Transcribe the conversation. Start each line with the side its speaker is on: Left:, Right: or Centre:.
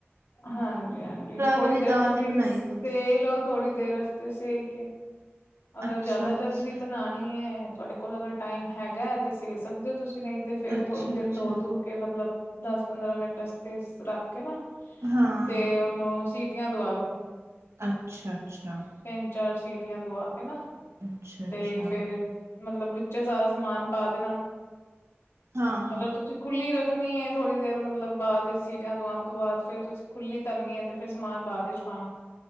Left: ਹਾਂਜੀ-ਹਾਂਜੀ, ਥੋੜ੍ਹੀ
Right: ਵਾਲੀ
Left: ਦੇਰ
Right: ਦਾਲ
Left: ਤੁਸੀਂ
Right: ਨਹੀਂ ਬਣਾਈ ਕਦੇ
Left: ਤੇਲ ਥੋੜ੍ਹੀ ਦੇਰ ਅਸਤੇ ਸੇਕੇ ਅਗਰ
Right: ਅੱਛਾ
Left: ਜ਼ਿਆਦਾ ਜਲਦੀ
Right: ਅੱਛਾ
Left: ਬਣਾਣੀ ਤੁਹਾਡੇ ਕੋਲ ਅਗਰ ਟਾਈਮ ਹੈਗਾ ਤੇ ਸੇ ਸਕਦੇ ਹੋ ਤੁਸੀਂ ਨਹੀਂ ਤੇ ਫੇਰ
Right: ਅੱਛਾ
Left: ਥੋੜ੍ਹੀ ਦੇਰ
Right: ਅੱਛਾ
Left: ਧੋ-ਧੋ ਕੇ ਕੇ ਮਤਲਬ ਦੱਸ-ਪੰਦਰਾਂ ਮਿੰਟ ਵਸਤੇ ਰੱਖ ਕੇ ਨਾ
Right: ਹਾਂ
Left: ਤੇ ਉਹਨੂੰ ਸੀਟੀ ਸਿਟਿਆਂ ਦਵਾ ਲੋ।
Right: ਅੱਛਾ-ਅੱਛਾ।
Left: ਤਿੰਨ-ਚਾਰ ਸੀਟੀਆਂ ਦਵਾ ਕੇ ਨਾ
Right: ਅੱਛਾ
Left: ਤੇ
Right: ਅੱਛਾ
Left: ਫਿਰ ਮਤਲਬ ਵਿੱਚੇ ਸਾਰਾ ਸਮਾਨ ਪਾ ਦੇਣਾ
Right: ਹਾਂ
Left: ਅਗਰ ਤੁਸੀਂ ਖੁੱਲੀ ਰੱਖਣੀ ਥੋੜ੍ਹੀ ਦੇਰ ਮਤਲਬ ਬਾਦ ਵਿੱਚ ਸੀਟੀਆਂ ਦਵਾਉਣ ਤੋਂ ਬਾਦ ਫੇਰ ਤੁਸੀਂ ਖੁੱਲੀ ਧਰਨੀ ਹੈ ਤੇ ਫਿਰ ਸਮਾਨ ਬਾਅਦ ਚ ਪਾਣਾ।